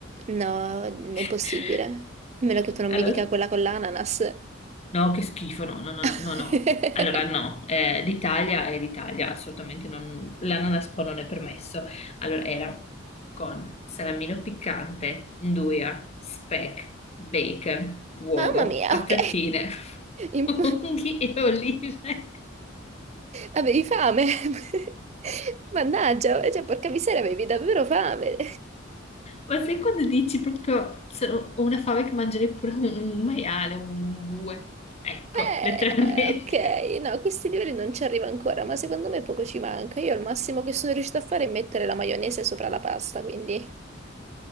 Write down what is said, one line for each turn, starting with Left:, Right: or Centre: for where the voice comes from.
Right: No, è
Left: <laughs>
Right: impossibile. A meno che tu non
Left: Allora,
Right: mi dica quella con l'ananas.
Left: No, che schifo, no, no, no,
Right: <laughs>
Left: no, no. no. Allora no, eh, l'Italia è l'Italia, assolutamente non, l'ananaspo non è permesso. Allora era con salamino piccante, nduja, speck, bacon, uovo,
Right: Mamma mia,
Left: patatine,
Right: ok.
Left: <laughs>
Right: Imp-
Left: funghi e olive. <laughs>
Right: Avevi fame. <laughs> Mannaggia, cioè, porca miseria, avevi davvero fame.
Left: Ma sai quando dici proprio sono, ho una fame che mangerei pure un, un maiale, un bue? Ecco,
Right: Eh,
Left: letteralmente.
Right: ok,
Left: <laughs>
Right: no, a questi livelli non ci arrivo ancora, ma secondo me poco ci manca. Io al massimo che sono riuscita a fare è mettere la maionese sopra la pasta, quindi